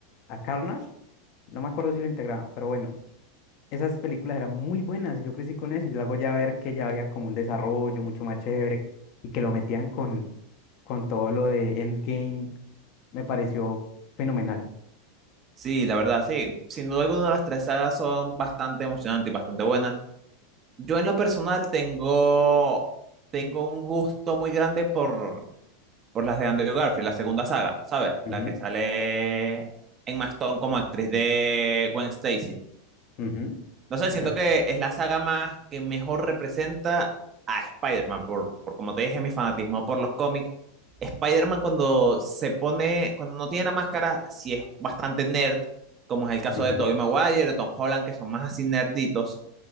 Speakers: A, on the left; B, on the right.
A: a Carnage, no me acuerdo si lo integraban, pero bueno, esas películas eran muy buenas, yo crecí con eso y luego ya ver que ya había como un desarrollo mucho más chévere y que lo metían con, con todo lo de Endgame, me pareció fenomenal.
B: Sí, la verdad, sí. Sin duda alguna, las tres sagas son bastante emocionantes y bastante buenas. Yo en lo personal tengo, tengo un gusto muy grande por, por las de Andrew Garfield, la segunda saga, ¿sabes? La
A: Ujú,
B: que sale en Stone como actriz de Gwen Stacy.
A: ujú,
B: No sé,
A: exacto
B: siento que es la saga más que mejor representa a Spider-Man, por, por como te dije, mi fanatismo por los cómics. Spider-Man cuando se pone, cuando no tiene la máscara, sí es bastante nerd, como es el caso
A: ujú,
B: de Tobey Maguire, de Tom Holland, que son más así nerditos,